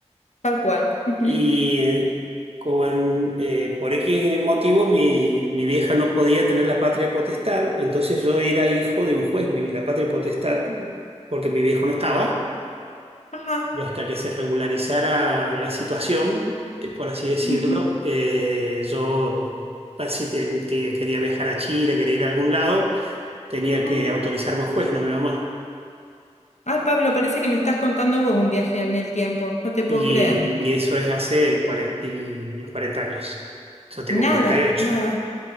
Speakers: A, on the left (about 70°); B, on the right (about 55°).
A: Tal cual. Ujú.
B: Y eh, con, eh, por X motivos mi, mi vieja no podía tener la patria potestad, entonces yo era hijo de un juez, mi- la patria potestad, porque mi viejo no estaba
A: Ajá.
B: y hasta que se regularizara la situación, eh, por así decirlo,
A: Ujú.
B: eh, yo pa- si te- que quería viajar a Chile, quería ir a algún lado, tenía
A: Ujú.
B: que autorizarme un juez, no mi mamá.
A: Ay, Pablo, parece que me estás contando vos un viaje en el tiempo. No te puedo
B: Y,
A: creer.
B: y eso es hace cuarenta y- 40 años. Yo tengo
A: Nada,
B: 48.
A: nada.